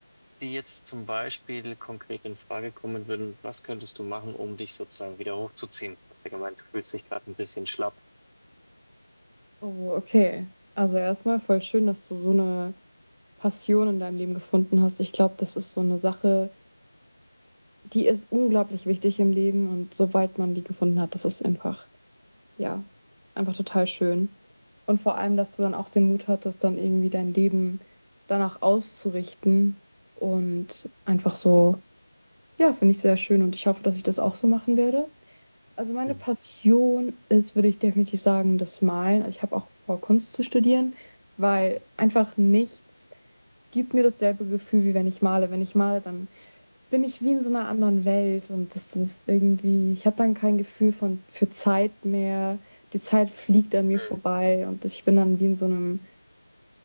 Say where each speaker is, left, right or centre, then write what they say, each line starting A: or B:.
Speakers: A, on the right; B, on the right.
A: die jetzt zum Beispiel konkret in Frage kommen würden? Was könntest du machen, um dich sozusagen wieder hochzuziehen? Du hast ja gemeint, du fühlst dich gerade ein bisschen schlapp.
B: Oh, okay. Also erstmal voll schön, dass du so eine Passion in deinem Leben gefunden hast. Ich glaube, das ist so eine Sache, die ist unglaublich wichtig im Leben und sobald man die gefunden hat, das ist einfach ja, einfach total schön. Und vor allem, dass du dann auch den Mut hattest, dann irgendwie dein Leben danach auszurichten und einfach so, ja, finde ich sehr schön und ich hoffe, dass ich das auch so machen werde. Also meine
A: Mhm.
B: Passion ist, würde ich definitiv sagen, das Malen. Also ich habe auch vor, Kunst zu studieren, weil einfach nichts gibt mir dasselbe Gefühl, wie wenn ich male. Wenn ich male, dann bin ich wie in so einer anderen Welt und das ist irgendwie, ich habe dann kein Gefühl von für Zeit mehr. Die Zeit fliegt an mir
A: Mhm.
B: vorbei und ich bin dann wie in so einem